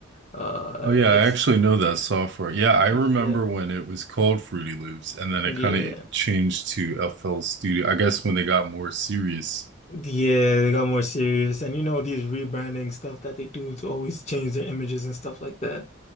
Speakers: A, on the left; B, on the right.
A: Uh,
B: Oh yeah, I
A: it's
B: actually know that software. Yeah, I
A: yeah,
B: remember when it was called Fruity Loops, and then
A: yeah.
B: it kind of changed to FL Studio. I guess when they got more serious.
A: Yeah, they got more serious. And you know, these rebranding stuff that they do to always change their images and stuff like that.